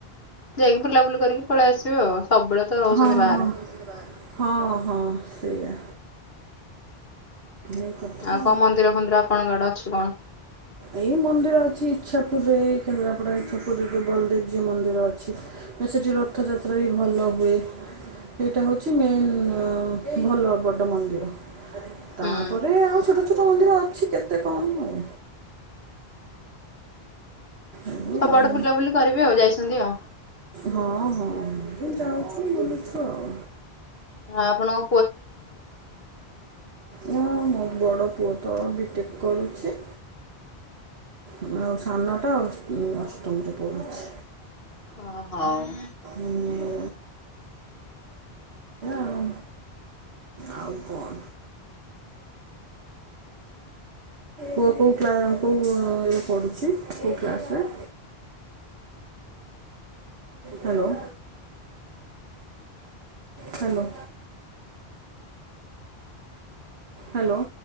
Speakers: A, on the left; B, on the right.
A: ଯାଇକି ବୁଲାବୁଲି କରିକି ପଳେଇ ଆସିବ ଆଉ, ସବୁବେଳେ ତ ରହୁଛନ୍ତି
B: ହଁ
A: ବାହାରେ।
B: ହଁ ହଁ ହଁ ସେଇଆ। ଏ କଥା
A: ଆଉ କଣ ମନ୍ଦିର ଫନ୍ଦିର ଆପଣଙ୍କ ଆଡେ ଅଛି କଣ?
B: ଏଇ ମନ୍ଦିର ଅଛି ଇଛା ପୁରରେ ଏଇ କେନ୍ଦ୍ରାପଡା ଇଛା ପୁରୀରେ ଯେଉଁ ବଲଦେବଜୀଉ ମନ୍ଦିର ଅଛି, ସେଠି ରଥଯାତ୍ରା ବି ଭଲ ହୁଏ। ସେଇଟା ହେଉଛି ମେନ୍ ଭଲ ବଡ଼ ମନ୍ଦିର। ତାପରେ
A: ହୁଁ
B: ଆଉ ଛୋଟ ଛୋଟ ମନ୍ଦିର ଅଛି କେତେ କଣ ଆଉ। ଏଇ
A: ସବୁଆଡେ
B: ଆଉ।
A: ବୁଲାବୁଲି କରିବି ଆଉ ଯାଇଛନ୍ତି ଆଉ।
B: ହଁ ହଁ ତୁ ଯାଉଛୁ ବୁଲୁଛୁ ଆଉ।
A: ଆପଣ
B: ହଁ ମୋ ବଡ଼ ପୁଅ ତ ବିଟେକ୍ କରୁଛି। ଉ ଆଉ ସାନଟା ଉ ଅଷ୍ଟମରେ ପଢୁଛି।
A: ଓ ହଉ।
B: ଏଇଆ ଆଉ ଆଉ କଣ? ପୁଅ କୋଉ କ୍ଲା କୋଉ ଇଏରେ ପଢ଼ୁଛି କୋଉ କ୍ଲାସରେ? ହାଲୋ। Hello hello.